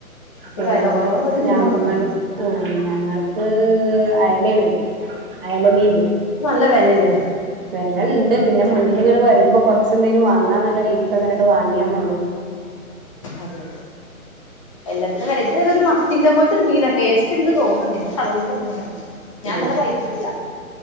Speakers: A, on the left; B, on the right.
A: അപ്പൊ
B: ഞങ്ങ
A: വില കുറവുള്ള ഒരു മീൻ
B: ഞങ്ങൾ
A: കൊണ്ടന്നണ്
B: ആ ഞങ്ങൾക്ക് ഏഹ് അയലേണ് കിട്ടിയതിന്ന് അയല മീൻ ല്യേ?
A: ല്ല വെലല്ലേ?
B: വെലണ്ട്, പിന്നെ മുന്നിലിങ്ങട് വരുമ്പോ കൊർച്ചെന്തേലും വാങ്ങാന്നുള്ള രീതിക്കങ്ങനൊക്കെ വാങ്ങിയാന്നുള്ളു.
A: അതെതെ എല്ലത്തിനും വെലേ ഇതേതോരു മത്തിന്റെ പോൽത്തെരു മീനാ ടേസ് റ്റ്ണ്ട് തോന്ന്ണ്ട്. ഇൻക്ക് അറിയൂല എങ്ങനേന്ന് ഞാന്നലെ
B: ആഹ്
A: കഴിച്ചിട്ടില്ല.